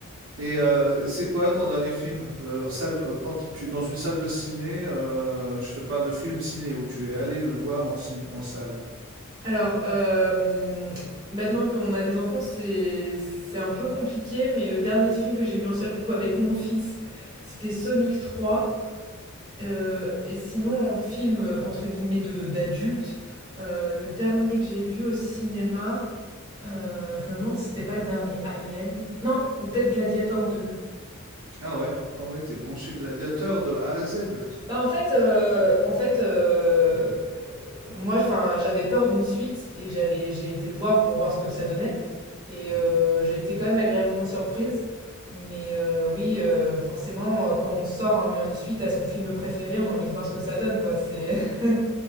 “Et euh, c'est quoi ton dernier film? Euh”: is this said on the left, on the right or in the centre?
Right